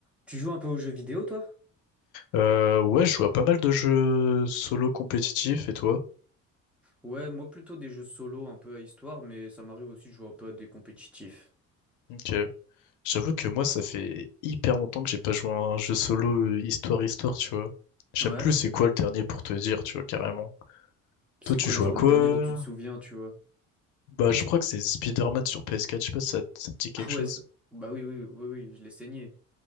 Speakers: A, in the centre; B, on the left.
A: Tu joues un peu aux jeux vidéo, toi?
B: Euh, ouais, je joue à pas mal de jeux solo compétitifs, et toi?
A: Ouais, moi plutôt des jeux solo, un peu à histoire, mais ça m'arrive aussi de jouer un peu à des compétitifs.
B: Ok. J'avoue que moi, ça fait hyper longtemps que j'ai pas joué à un jeu solo histoire-histoire, tu vois. J'aime
A: Ouais.
B: plus c'est quoi le dernier pour te dire, tu vois, carrément.
A: C'est
B: Toi, tu
A: quoi
B: joues
A: le genre
B: à quoi?
A: le dernier dont tu te souviens, tu vois?
B: Bah, je crois que c'est Spider-Man sur PS4, je sais pas si ça, te ça te dit quelque
A: Ah ouais,
B: chose.
A: ça- bah oui, oui, oui, oui, je l'ai saigné.